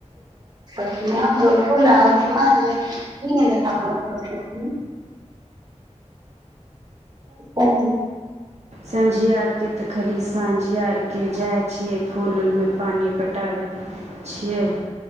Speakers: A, on the right (about 35°); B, on the right (about 65°).
A: सी हमरो खुलामान पी <unintelligible> सखी
B: सांझ आरकेँ तऽ खाली साँझ आरकें जाइत छियैक फूल उलमे पानि पटाबैत छियैक